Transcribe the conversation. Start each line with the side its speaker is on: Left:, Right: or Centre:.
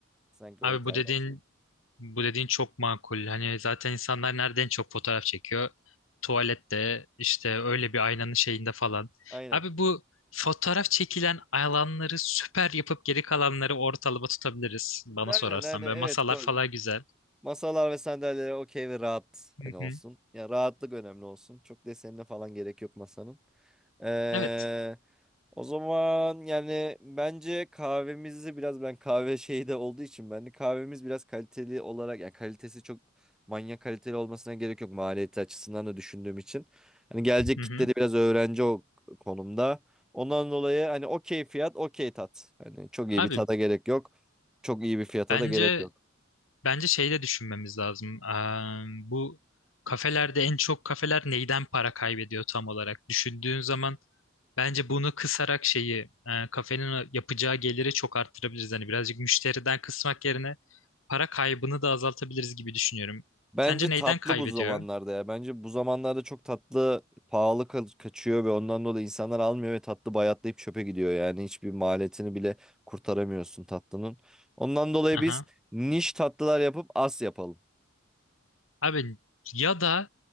Centre: Sanki
Left: Abi
Centre: o İtalyan
Left: bu dediğin
Centre: şeyi.
Left: bu dediğin çok makul. Hani zaten insanlar nereden çok fotoğraf çekiyor? Tuvalette işte öyle bir aynanın şeyinde falan.
Centre: Aynen.
Left: Abi bu fotoğraf çekilen alanları süper yapıp geri kalanları ortalama tutabiliriz bana
Centre: Aynen
Left: sorarsan.
Centre: aynen
Left: Böyle
Centre: evet.
Left: masalar
Centre: Ko-
Left: falan güzel.
Centre: Masalar ve sandalyeler okey ve rahat
Left: Hı
Centre: hani olsun.
Left: hı.
Centre: Ya rahatlık önemli olsun. Çok desenine falan gerek yok masanın. Ee,
Left: Evet.
Centre: o zaman yani bence kahvemizi biraz ben kahve <laughs> şeyi de olduğu için ben de kahvemiz biraz kaliteli olarak yani kalitesi çok manyak kaliteli olmasına gerek yok maliyeti açısından da düşündüğüm için. Hani gelecek
Left: Hı
Centre: kitle
Left: hı.
Centre: de biraz öğrenci o konumda. Ondan dolayı hani okey fiyat okey tat. Hani çok iyi
Left: Abi
Centre: bir tada gerek yok. Çok iyi bir fiyata
Left: bence
Centre: da gerek yok.
Left: Bence şey de düşünmemiz lazım. Eee, bu kafelerde en çok kafeler neyden para kaybediyor tam olarak? Düşündüğün zaman bence bunu kısarak şeyi eee, kafenin yapacağı geliri çok arttırabiliriz. Hani birazcık müşteriden kısmak yerine para kaybını da azaltabiliriz gibi düşünüyorum.
Centre: Bence
Left: Sence neyden
Centre: tatlı
Left: kaybediyor?
Centre: bu zamanlarda ya. Bence bu zamanlarda çok tatlı pahalı ka- kaçıyor ve ondan dolayı insanlar almıyor ve tatlı bayatlayıp çöpe gidiyor. Yani hiçbir maliyetini bile kurtaramıyorsun tatlının. Ondan dolayı
Left: Aha.
Centre: biz niş tatlılar yapıp as yapalım.
Left: Abi ya da